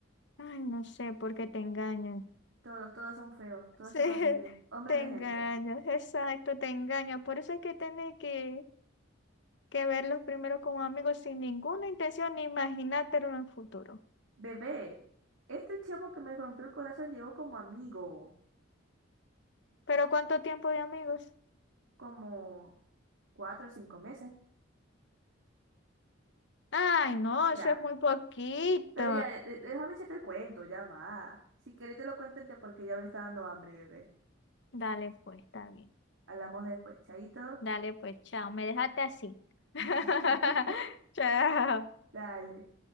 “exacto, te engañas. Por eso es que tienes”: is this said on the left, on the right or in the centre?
Left